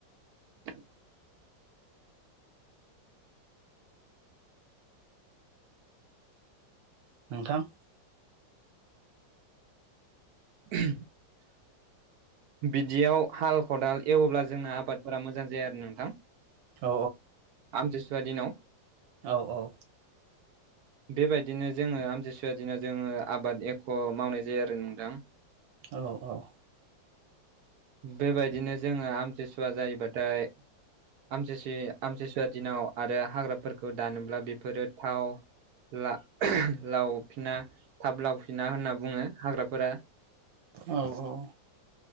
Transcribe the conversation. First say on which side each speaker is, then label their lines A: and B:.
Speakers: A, on the right (about 65°); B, on the right (about 85°).
A: <inaudible>
B: नोंथां
A: <inaudible> बिदियाव हाल खदाल एव्ला जोंना आबादफोरा मोजां जाया आरो नोंथां
B: औ
A: आमथिसुवा दिनाव
B: औ औ
A: बेबायदिनो जोङो आमथिसुव दिनाव जोङो आबाद एख' मावनाय जायो आरो नोंदां
B: औ औ
A: बेबायदिनो जोङो आमथिसुवा जायोबाथाय आमसिसु आमसिसुवा दिनाव आरो हाग्राफोरखौ दानोब्ला बेफोरो थाव ला लावफिना थाब लावफिना होनना बुङो हाग्राफोरा।
B: औ औ